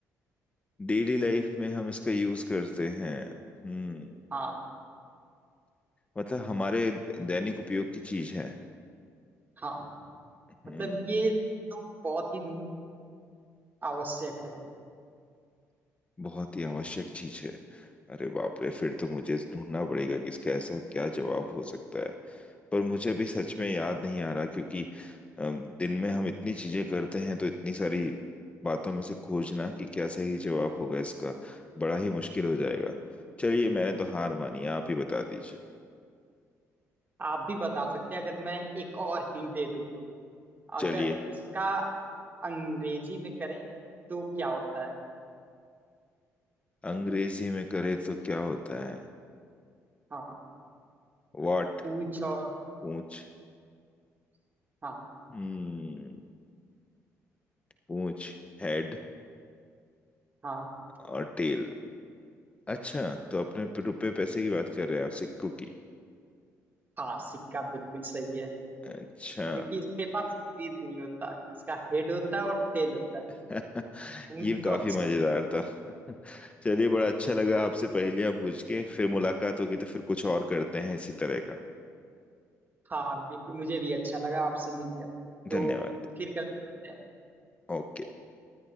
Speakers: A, on the left; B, on the right.
A: डेली लाइफ में हम इसका यूज करते हैं हम्म
B: हाँ
A: मतलब हमारे दैनिक उपयोग की चीज है
B: हाँ
A: हम्म
B: मतलब ये तो बहुत ही आवश्यक है
A: बहुत ही आवश्यक चीज है अरे बाप रे फिर तो मुझे ढूंढना पड़ेगा कि इसका ऐसा क्या जवाब हो सकता है पर मुझे अभी सच में याद नहीं आ रहा क्योंकि अम, दिन में हम इतनी चीजें करते हैं तो इतनी सारी बातों में से खोजना कि क्या सही जवाब होगा इसका बड़ा ही मुश्किल हो जाएगा चलिए मैंने तो हार मानी आप ही बता दीजिए
B: आप भी बता सकते हैं अगर मैं एक और हिंट दे दूँ तो
A: चलिए
B: अगर इसका अंग्रेजी में करें तो क्या होता है
A: अंग्रेजी में करे तो क्या होता है
B: हाँ
A: वॉट
B: पूछ और
A: पूंछ
B: हाँ
A: हम्म पूंछ हेड
B: हाँ
A: और टेल अच्छा तो अपने रुपए पैसे की बात कर रहे हैं आप सिक्कों की
B: हाँ सिक्का बिल्कुल सही है
A: अच्छा
B: क्योंकि इसके पास सिर नहीं होता इसका हेड होता है और टेल होता है
A: <laughs>
B: पूंछ
A: ये काफी
B: और सिर
A: मजेदार था <laughs> चलिए बड़ा अच्छा लगा आपसे पहेलियां बूझ के फिर मुलाकात होगी तो फिर कुछ और करते हैं इसी तरह का
B: हाँ बिल्कुल मुझे भी अच्छा लगा आपसे मिलकर तो
A: धन्यवाद
B: फिर कभी मिलते हैं।
A: ओके